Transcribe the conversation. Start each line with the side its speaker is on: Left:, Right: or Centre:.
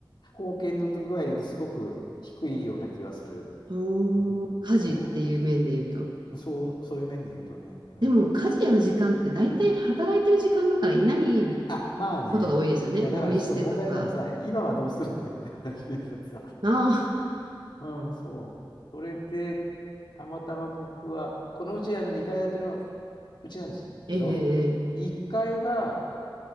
Left: 貢献度具合で言うとすごく低いような気はする。
Right: おー、
Left: うん、
Right: 家事っていう面で言うと。
Left: そう。そう、そういう面で言うとね。うん。
Right: でも家事やる時間って大体働いてる時間だからいない
Left: あ、まあね。
Right: ことが多いですよね。
Left: いや、
Right: ゴミ捨てとか。
Left: だからちょっと問題なのさ、今はどうするんだって話になってさ。
Right: ああ、
Left: うん、そう。それで、たまたま僕は、このうちあの2階建てのうちなんですけど、
Right: ええええ
Left: 1階が、